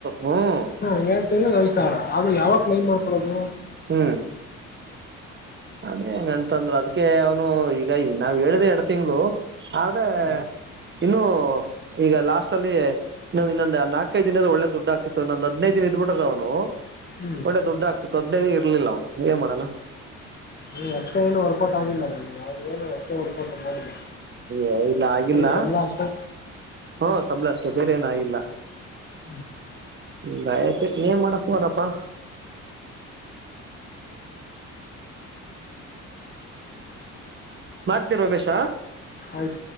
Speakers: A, on the right; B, on the left.
A: ಹ್ಮ್
B: ಹ್ಮ ಎಏಡು ತಿಂಳ ಐದು ಸಾವಿರ ಆದ್ರ ಯಾವಾಗ ಕ್ಲೈಮ್ ಮಾಡ್ಕೊೊಳ್ಳೋದು
A: ಹ್ಮ್ ಅದೇ ಹೆಂಗಂತಂದ್ರರು ಅದಕ್ಕೆ ಅವನು ಈಗ ನಾವ್ ಹೇಳಿದೆ ಎರಡ್ ತಿಂಗಗಳು ಆದ್ರೆ
B: ಹ್ಮ್
A: ಇನ್ನು ಈಗ ಲಾಸ್ಟ್ ಅಲ್ಲಿ ಇ ಇನ್ನೊಂದು ನಾಲ್ಕೈದು ದಿನದ ಒಳ್ಳೆ ದುಡ್ಡು ಆಾತಿತ್ತು ಇನ್ನೊಂದು ಹದ್ಿನೈದು ದಿನದು ಬಿಟ್ರ ಅವನು
B: ಹ್ಮ್
A: ಒಳ್ಳೆ ದುಡ್ಡು ಹಾಕ್ತ ತೊದನೇದ ಇರ್ಲಿಲ್ಲ ಅವನು ಏನ್ ಮಾಡಣ
B: ನೀ ಎಕ್ಟ್ರಾ ಏನು ವರ್ಕೌಟ್ ಆಗಿಲ್ಲ ಅವ್ಗಏನು ಎಸ್ಟ್ರಾ ವರ್ಕೌಟ್ ಮಾಡಿಲ್ಲ
A: ಅ ಇಲ್ಲ ಆಗಿಲ್ಲ
B: ಬರೀ ಸಂಬಳ ಅಷ್ಟೇ
A: ಹ್ಮ ಸಬಳ ಅಷ್ಟೆ ಬೇರೆ ಏನು ಆಗಿಲ್ಲ
B: ಹ್ಮ್
A: ಗಾಯತ್ ಏನ್ ಮಾಡಕ್ ಹನಪ್ಪಾ ಮಾಡ್ತೀರ ಉಮೇಶ
B: ಆಯ್ತು